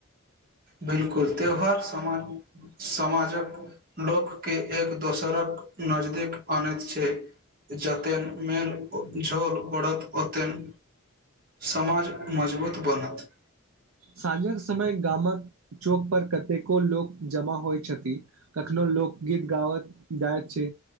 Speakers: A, on the right; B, on the right.
A: बिलकुल त्यौहार समाजक लोकके एक दोसर रक नजदीक अनैत छै जतेन मेेल झोल बढ़त ओतेन समाज मजबूत बनत
B: साँझक समय गामक चौक पर कतेको लोक जमा होइ छथिन कखनो लोक गीत गाबत जायत छै